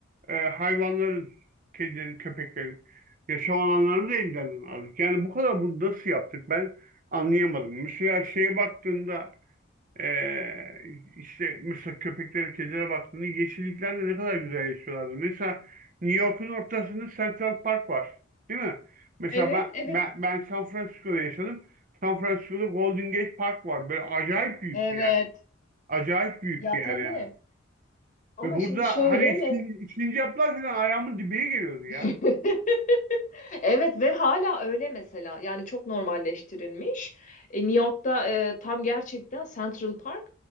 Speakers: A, on the right; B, on the left.
A: e, hayvanların, kedilerin, köpeklerin yaşam alanlarını da elden aldık. Yani bu kadar bunu nasıl yaptık? Ben anlayamadım. Mesela şeye baktığında ee, işte mesela köpeklere, kedilere baktığında yeşilliklerde ne kadar güzel yaşıyorlardı. Mesela New York'un ortasında Central Park var. Değil mi? Mesela
B: Evet,
A: ben,
B: evet.
A: ben, ben San Francisco'da yaşadım. San Francisco'da Golden Gate Park var. Böyle acayip büyük
B: Evet.
A: bir yer. Acayip büyük
B: Ya
A: bir yer
B: tabii.
A: yani.
B: Ama
A: Ve burada
B: şimdi şöyle
A: hani
B: mi?
A: sin, sincaplar falan ayağımın dibine geliyordu ya.
B: <laughs> Evet ve hala öyle mesela. Yani çok normalleştirilmiş. E, New York'ta e, tam gerçekten Central Park